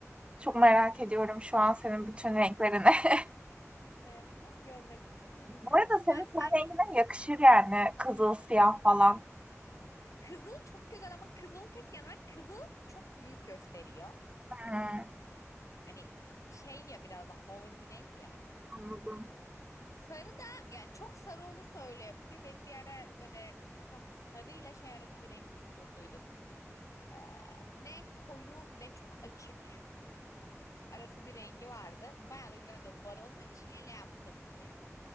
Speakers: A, on the right; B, on the left.
A: Çok merak ediyorum şu an senin bütün renklerini. <laughs>
B: Ah be bunu nasıl görmedim çok ilginç.
A: Bu arada senin
B: Ben
A: ten
B: yani
A: rengine yakışır yani kızıl, siyah falan.
B: Kızıl çok güzel ama kızılın tek yanı var. Kızıl çok büyük gösteriyor.
A: Hımm,
B: Hani şey ya biraz daha ağır bir renk ya.
A: anladım.
B: Sarı da yani çok sarı olursa öyle yapıyor. Ben bir ara böyle nasıl desem sarıyla şey arası bir renk tutturduydum. Ee, ne koyu ne çok açık arası bir rengi vardı. Bayağı da güzel döndü. Bu arada onu şeyle yaptım ilk.